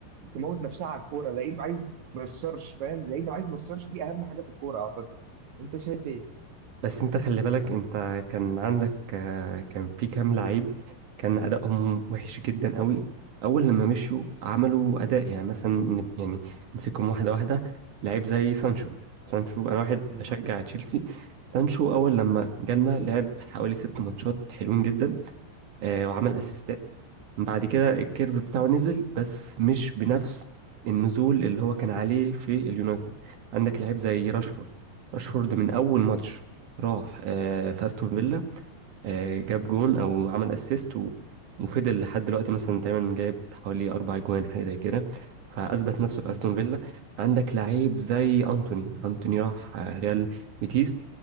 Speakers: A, on the right; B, on the right.
A: تموت نفسها على الكوره لعيب عايز ما يخسرش فاهم لعيب عايز ما يخسرش دي اهم حاجه في الكوره اعتقد انت شايف ايه
B: بس انت خلي بالك انت كان عندك آه، كان في كام لعيب كان ادائهم وحش جدا قوي اول لما مشوا عملوا اداء يعني مثلا نب- يعني نمسكهم واحده واحده لعيب زي سانشو سانشو انا واحد
A: مم.
B: بشجع تشيلسي سانشو اول لما جالنا لعب حوالي ست ماتشات حلوين جدا آه، وعمل
A: مم.
B: اسيستات بعد كده الكيرف بتاعه نزل بس مش بنفس النزول اللي هو كان عليه في اليونايتد عندك لعيب زي راشفورد راشفورد من اول ماتش راح آه، في استون فيلا آه، جاب جون او عمل اسيست و... وفضل لحد دلوقتي مثلا تقريبا جايب حوالي اربع جوان حاجه زي كده فاثبت نفسه
A: مم.
B: في استون فيلا عندك لعيب زي انتوني انتوني راح آه، ريال بيتيس